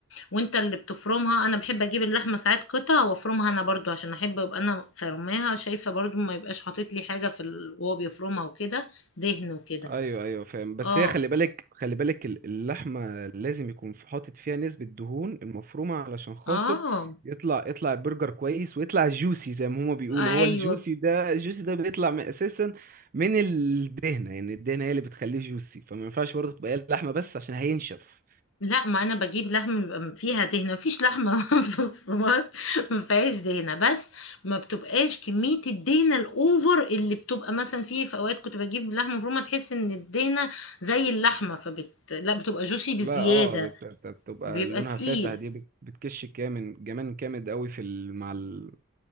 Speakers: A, on the left; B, on the right.
A: وانت اللي بتفرمها انا بحب اجيب اللحمة ساعات قطع وافرمها انا برضو عشان احب ابقى انا فرماها شايفة برضو ما يبقاش حاطط لي حاجة في ال... وهو بيفرمها وكده دهن وكده
B: ايوه ايوه فاهم بس
A: اه
B: هي خلي بالك خلي بالك ال- اللحمه لازم يكون في- حاطط فيها نسبه دهون المفرومه علشان خاطر
A: اه
B: يطلع يطلع البرجر كويس ويطلع جوسي زي ما هما بيقولوا
A: ايوه
B: هو الجوسي ده الجوسي ده بيطلع من اساسا من الدهنه يعني الدهنه هي اللي بتخليه جوسي فما ينفعش برضه تبقى هي اللحمه بس عشان هينشف
A: لا ما انا بجيب لحم بيبقى فيها دهنه مفيش لحمه <laughs> في في مصر ما فيهاش دهنه بس ما بتبقاش كميه الدهنه الاوفر اللي بتبقى مثلا فيه في اوقات كنت بجيب لحمه مفرومه تحس ان الدهنه زي اللحمه فبت لا بتبقى جوسي بزياده
B: لا اه بت- بت- بتبقى
A: بيبقى
B: لونها
A: تقيل
B: فاتح دي بت- بتكش كامل جمان جامد قوي في ال... مع ال...